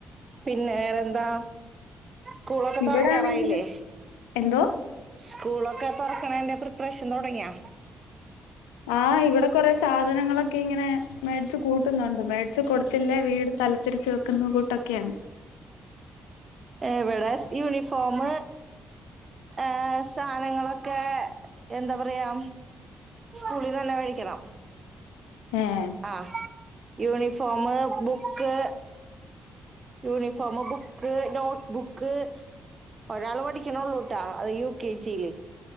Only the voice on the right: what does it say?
പിന്നേ വേറെന്താ സ്കൂളൊക്കെ
തൊറക്കാറായില്ലേ.
സ്കൂളൊക്കെ തൊറക്ക്ണേന്റെ പ്രിപ്പറേഷൻ തൊടങ്ങിയാ
എവടെ യൂണിഫോമ് ഏഹ് സാനങ്ങളൊക്കെ എന്താ പറയാ സ്കൂളിൽ തന്നെ കഴിക്കണം.
ആ uniform book uniform book notebook ഒരാൾ പഠിക്കണോള്ളുട്ടാ അത് യു കെ ജി ല്